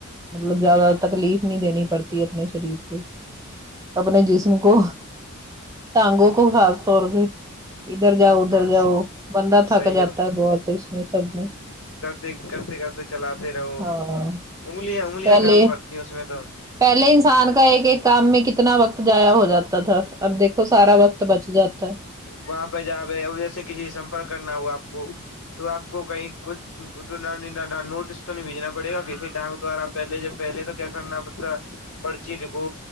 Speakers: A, on the right (about 15°); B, on the left (about 65°).
A: مطلب زیادہ تکلیف نہیں دینی پڑتی اپنے شریر کو اپنے جسم کو ٹانگوں کو خاص طور سے ادھر جاؤ ادھر
B: ہاں
A: جاؤ بندہ
B: صحیح
A: تھک جاتا ہے بہت اس میں سب میں
B: دیکھ کرتے کرتے چلاتے رہو
A: ہاں
B: انگلیاں انگلیاں
A: پہلے
B: کام کرتی ہیں اس میں تو
A: پہلے انسان کا ایک ایک کام میں کتنا وقت جایا ہو جاتا تھا اب دیکھ تو سارا وقت بچ جاتا ہے
B: وہاں پہ جہاں پہ جیسے کسی سے سمپرک کرنا ہوا آپ کو تو آپ کو کہیں کچھ نوٹس تو نہیں بھیجنا پڑے گا پسی ڈاک دوارا پہلے جب پہلے تو کیا کرنا پتا پرچی لکھو